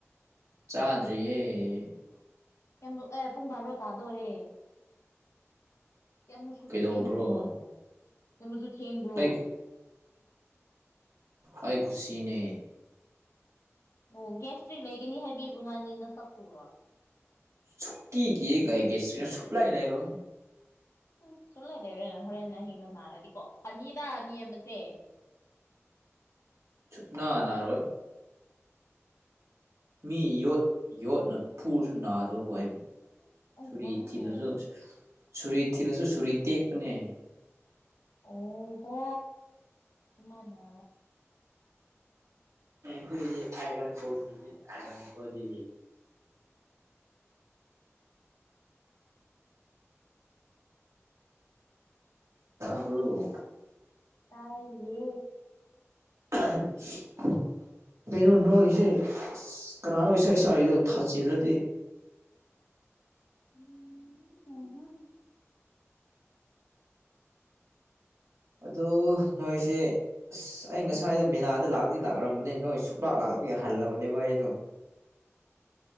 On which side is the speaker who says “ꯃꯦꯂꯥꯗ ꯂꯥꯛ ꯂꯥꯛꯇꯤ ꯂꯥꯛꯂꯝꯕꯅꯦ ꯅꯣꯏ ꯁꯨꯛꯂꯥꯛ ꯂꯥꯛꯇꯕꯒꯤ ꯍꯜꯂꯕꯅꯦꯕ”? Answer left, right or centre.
Right